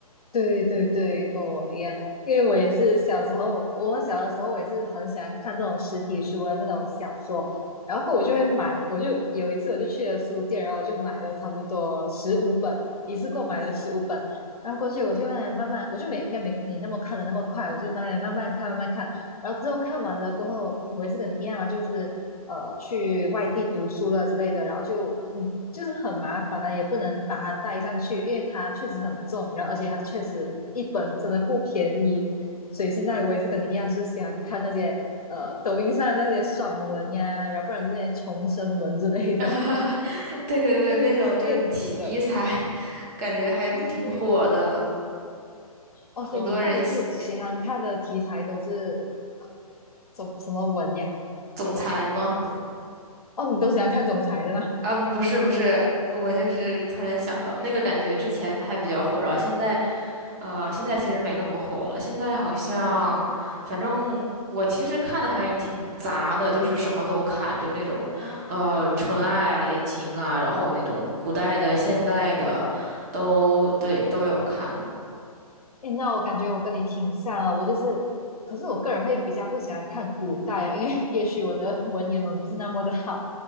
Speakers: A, on the left (about 75°); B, on the right (about 25°).
A: 对对对，跟我一样，因为我也是小时候，我小的时候我也是很喜欢看这种实体书的那种小说，然后过后我就会买，我就有一次我就去了书店，然后我就买了差不多十五本，一次购买了十五本，然后过去我就慢慢慢慢，我就没应该没你那么看的那么快，我就慢慢慢慢看慢慢看，然后之后看完了过后，我也是跟你一样啊，就是呃去外地读书了之类的，然后就嗯就是很麻烦啊，也不能把它带上去，因为它确实很重，然后而且它确实一本真的不便宜，所以现在我也是跟你一样，就是喜欢看那些呃抖音上那些爽文呀，然后不然就是那些重生文之类的，
B: <laughs> 对对对，
A: 对，
B: 那种就是题材
A: 就是电子的，
B: <laughs>，感觉还挺火的，
A: <laughs> 对。哦，
B: 好多人写
A: 所以你大多数喜欢看的题材都是呃什什么文呀？
B: 总裁吗？
A: 哦，你都喜欢看总裁的吗？
B: 嗯，不是不是，我就是突然想到那个感觉，之前还比较火，然后现在呃，现在其实没那么火了。现在好像，
A: 哦
B: 反正我其实看的还挺杂的，就是什么都看，就那种呃纯爱啊、
A: 哦，
B: 言情啊，然后那种古代的、现代的，都对都有看。
A: 诶，那我感觉我跟你挺像啊，我就是，可是我个人会比较不喜欢看古代啊，因为 <laughs> 也许我的文言文不是那么的好，